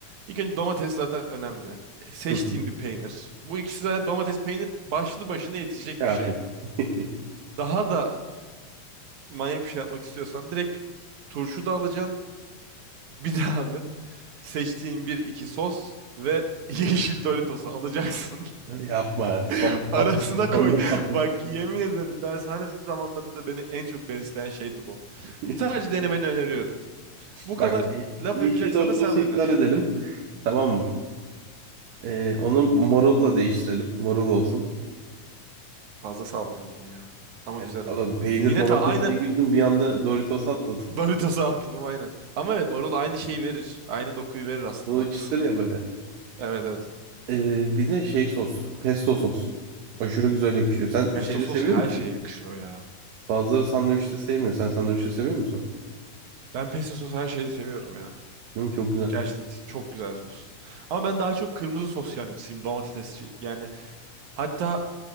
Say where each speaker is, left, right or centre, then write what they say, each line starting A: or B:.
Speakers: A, on the right (about 70°); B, on the right (about 85°).
A: İlk önce domates zaten önemli. Seçtiğim
B: <laughs> Hı hı.
A: bir peynir. Bu ikisi zaten domates peynir başlı başına yetecek
B: Kafi.
A: bir şey.
B: <laughs>
A: Daha da manyak bir şey yapmak istiyorsan direkt turşu da alacaksın. Bir de abi seçtiğin bir iki sos ve <laughs> yeşil Doritos'u alacaksın.
B: Yapma. Sonunda
A: <laughs> Arasına
B: patladık.
A: koy.
B: Sonunda patladık.
A: Bak yemin ederim dershane zamanlarında beni en çok besleyen şeydi bu.
B: <laughs>
A: Sadece denemeni öneriyorum. Bu
B: Bak
A: kadar laf
B: yeşil
A: yapacaksan
B: Doritos'u
A: da sen öner.
B: iptal edelim. Tamam mı?
A: Hı.
B: Ee, onu morulla değiştirelim. Morul olsun.
A: Fazla sağlıklı oldun ya. Ama
B: Evet,
A: güzel
B: ama
A: ola.
B: peynir
A: Yine
B: domatesle
A: ta aynı
B: girdim bir anda Doritos atladım.
A: Doritos'a atladım aynen. Ama evet marul aynı şeyi verir. Aynı dokuyu verir aslında
B: Bunu
A: haklısın.
B: bir çıtır ya böyle.
A: Evet evet.
B: Ee, bir de şey sos. Pesto sos. Aşırı güzel yakışıyor. Sen
A: Pesto
B: şeyde
A: sos
B: seviyor
A: her
B: musun?
A: şeye yakışıyor ya.
B: Bazıları sandviçte sevmiyor. Sen sandviçte seviyor musun?
A: Ben pesto sos her şeyi seviyorum ya.
B: Değil mi? Çok güzel.
A: Gerçekten çok güzel sos. Ama ben daha çok kırmızı sos yancısıyım, domatesçi. Yani hatta